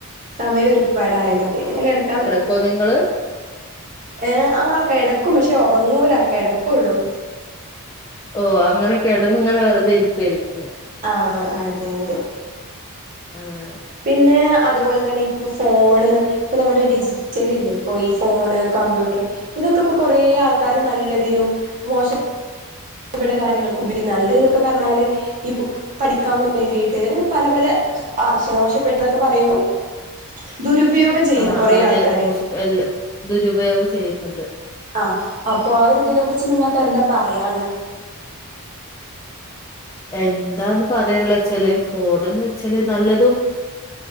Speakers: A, on the right (about 35°); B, on the left (about 15°).
A: സമയൊരുപാടായാലോ അപ്പൊങ്ങനെ കെടക്കാൻ
B: ക്കൊ നിങ്ങള്
A: ഏഹ് ആഹ് കെടക്കും പക്ഷേ ഒറങ്ങൂല കെടക്കൊള്ളു.
B: ഓഹ് അങ്ങനെ കെടന്ന് ങ്ങനെ വെർതെ ഇരിക്കുവായ്രിക്കും.
A: ആഹ് ആഹ് അതെ യതെ.
B: ആഹ്
A: പിന്നെ അത്പോലെ തന്നെ ഇപ്പൊ ഫോണ്നും ഇപ്പ നമ്മടെ ഡിജി റ്റലില്ലെ പ്പോ ഈ ഫോണ്, കമ്പ്യൂട്ടർ ഇതൊക്കപ്പൊ കൊറേ ആൾക്കാര് നല്ലതിനും മോശ പ്പെട്ട കാര്യങ്ങൾക്കും ഉപയോഗിക്കുന്നു നല്ലത് ന്നൊക്കെ പർഞ്ഞാല് ഇപ്പൊ പഠിക്കാം വേണ്ടീട്ട് അങ്ങനെ പല പല ആവശ്യങ്ങളാ. മോശപ്പെട്ടതൊക്കെ പറയുമ്പോ ദുരുപയോഗം ചെയ്യ്ണ്ട്
B: ആഹ്
A: കൊറേ
B: അതെ
A: ആൾക്കാര്.
B: മോശം എല്ല ദുരുപയോഗം ചെയ്യ്ന്ന്ണ്ട്.
A: ആഹ് അപ്പൊ ആ ഒര് തിനെ കുർച്ച് നിങ്ങൾക്കെന്താ പറയാള്ളത്?
B: എന്താന്ന് പറയാള്ളേച്ചാല് ഫോണ്ന്ന് വെച്ചാല് നല്ലതും